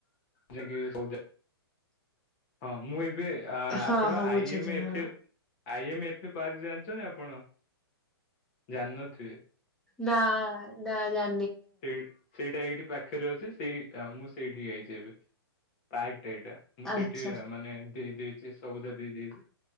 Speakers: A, on the left; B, in the centre.
A: ଯେ କି ସଉଦା ହଁ ମୁଁ ଏବେ ଆପଣ
B: ହଁ ହଁ
A: ଆଇ
B: ବୁଝୁଛି
A: ଏମ
B: ହଁ।
A: ଏଫ ଆଇ ଏମ ଏଫ ପାର୍କ ଜାଣିଛନ୍ତି ଆପଣ? ଜାଣିନଥିବେ
B: ନା ନା ଜା
A: ସେଇ ସେଇଟା ଏଇଠି ପାଖରେ ଅଛି ସେଇ ମୁଁ ସେଇଠିକ ଯାଇଛି ଏବେ ପାକ୍ ଏଇଟା ମୁଁ
B: ଆଚ୍ଛା
A: ସେଠି ମାନେ ଦେଇ ଦେଇ ଛି ସଉଦା ଦେଇ ଦେଇଚି